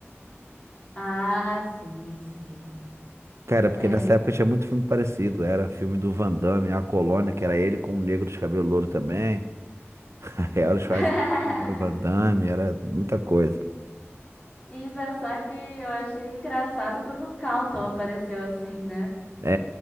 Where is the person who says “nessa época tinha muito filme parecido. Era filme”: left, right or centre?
Right